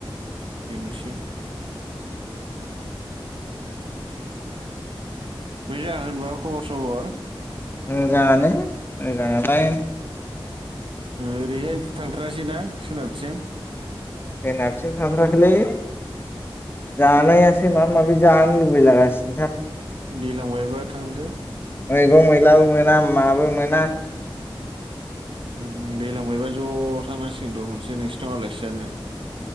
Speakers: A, on the right (about 65°); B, on the left (about 25°).
A: बेनोसै। मोजां होनबा खबर सबर?
B: मोजांङानो मोजांङालाय।
A: ओरैहाय बु थांथारासैना सोनाबथिं?
B: सोनाबथिं थांथाखैलै जानायासो माबा माबि जानो लुबैलाागासिनो थार।
A: दैलांबायबा थांदो।
B: मैगं मैलाबो मोना माबो मोना।
A: उम उम दैलांबायबा ज' थांनांसिगोन र' खनसे नोंसिनाव आलासि जानो।